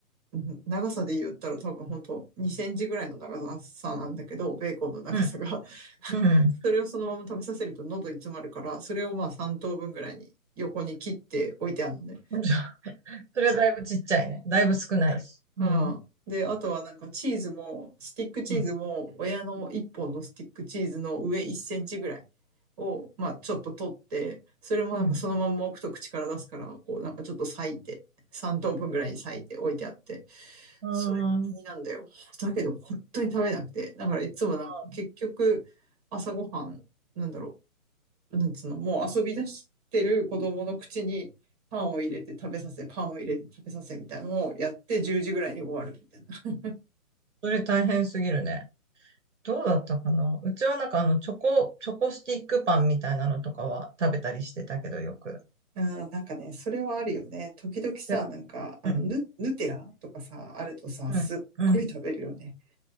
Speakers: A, on the right; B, on the right.
A: <laughs> 長さで言ったら多分本当にセンチぐらいの長さなんだけど、ベーコンの長さが。
B: うん、
A: <laughs>
B: うん。
A: それをそのまま食べさせると喉に詰まるから、それをまあ3等分ぐらいに横に切って置いてあるのね。
B: <laughs> それはだいぶちっちゃいね。だいぶ少ないし。うん、
A: うん。うん。で、あとはなんかチーズも、スティックチーズも、
B: うん、
A: 親の1本のスティックチーズの上1センチぐらいを、まあちょっと取って、それもなんかそのまんま置くと口から出すから、
B: うん。
A: こうなんかちょっと裂いて、3等分ぐらいに裂いて置いてあって、
B: うん。
A: それなんだよ。
B: う
A: だけど本当に食べなくて。だからいつもなんか結局朝ごはん、
B: ん
A: なんだろう、なんつうの、もう遊び出してる子供の口にパンを入れて食べさせ、パンを入れて食べさせみたいなのをやって10時ぐらいに終わるみたいな。
B: それ大変すぎるね。どうだったかなうちはなんかあの、チョコ、チョコスティックパンみたいなのとかは食べたりしてたけどよく。
A: あーなんかね、それはあるよね。時々さ、
B: でも、
A: なんか、あの、
B: うん、
A: ヌ、ヌテラとかさ、あるとさ、
B: うん、
A: すっごい食べるよね。
B: うん。